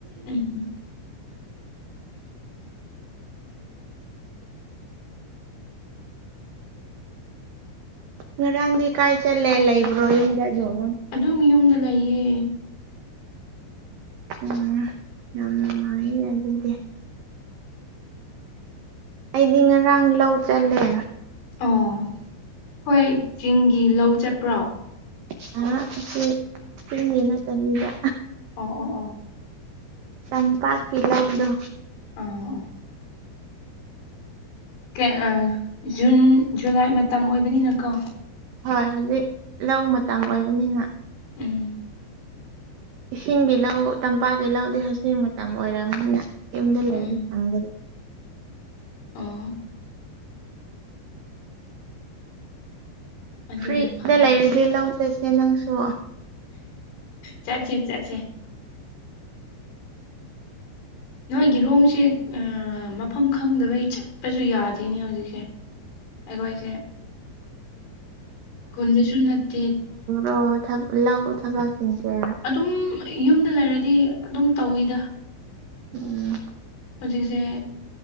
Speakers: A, on the left; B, on the right.
A: ꯎꯝ
B: ꯉꯔꯥꯡꯗꯤ ꯀꯥꯏ ꯆꯠꯂꯦ ꯂꯩꯕ꯭ꯔꯣ ꯌꯨꯝꯗ ꯑꯗꯨꯝ
A: ꯑꯗꯨꯝ ꯌꯨꯝꯗ ꯂꯩꯌꯦ
B: ꯎꯝ ꯌꯥꯝ ꯅꯨꯡꯉꯥꯏꯅꯦ ꯑꯗꯨꯗꯤ ꯑꯩꯗꯤ ꯉꯔꯥꯡ ꯂꯧ ꯆꯜꯂꯦ
A: ꯑꯣ ꯍꯣꯏ ꯆꯤꯡꯒꯤ ꯂꯧ ꯆꯠꯄ꯭ꯔꯣ
B: <unintelligible> ꯑ ꯁꯤ ꯁꯤꯒꯤ ꯅꯠꯇꯕꯤꯗ
A: ꯑꯣ ꯑꯣ ꯑꯣ
B: ꯇꯝꯄꯥꯛꯀꯤ ꯂꯧꯗꯣ
A: ꯑꯥ ꯑꯧ ꯀꯩ ꯑꯥ ꯖꯨꯟ ꯖꯨꯂꯥꯏ ꯃꯇꯝ ꯑꯣꯏꯕꯅꯤꯅꯀꯣ
B: ꯍꯣꯏ ꯍꯧꯖꯤꯛ ꯂꯧ ꯃꯇꯝ ꯑꯣꯏꯕꯅꯤꯅ
A: ꯎꯝ
B: ꯏꯁꯤꯡꯒꯤ ꯂꯧ ꯇꯝꯄꯥꯛꯀꯤ ꯂꯧꯗꯤ ꯍꯧꯖꯤꯛ ꯃꯇꯝ ꯑꯣꯏꯔꯝꯅꯤꯅ ꯌꯨꯝꯗ ꯂꯩ
A: ꯎꯝ
B: <unintelligible>
A: ꯑꯣ ꯑꯗꯨꯅ
B: ꯐ꯭ꯔꯤꯗ
A: ꯐꯩꯌꯦ
B: ꯂꯩꯔꯗꯤ ꯂꯧ ꯆꯠꯁꯦ ꯅꯪꯁꯨ
A: ꯆꯠꯁꯦ ꯆꯠꯁꯦ ꯅꯣꯏꯒꯤꯔꯣꯝꯁꯦ ꯃꯐꯝ ꯈꯪꯗꯕꯩ ꯆꯠꯄꯁꯨ ꯌꯥꯗꯦꯅꯦ ꯍꯧꯖꯤꯛꯁꯦ ꯑꯩꯈꯣꯏꯁꯦ ꯈꯨꯟꯗꯁꯨ ꯅꯠꯇꯦ
B: ꯑꯣ ꯊ ꯂꯎ ꯊꯕ ꯆꯇꯦ
A: ꯑꯗꯨꯝ ꯌꯨꯝꯗ ꯂꯩꯔꯗꯤ ꯑꯗꯨꯝ ꯇꯧꯋꯤꯗ
B: ꯎꯝ <unintelligible>
A: ꯍꯧꯖꯤꯛꯁꯦ